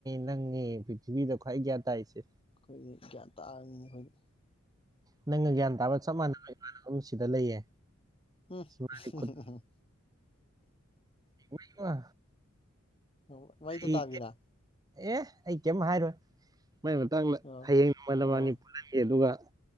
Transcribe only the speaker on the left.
ꯑꯈꯣꯏꯗꯤ ꯒ꯭ꯌꯥꯟ ꯇꯥꯕ ꯃꯤꯅꯤ ꯈꯣꯏꯗꯤ
ꯎꯝ
ꯎꯝ ꯃꯩꯗꯣ
ꯇꯥꯕꯤꯔꯥ
ꯑꯣ
ꯑꯣ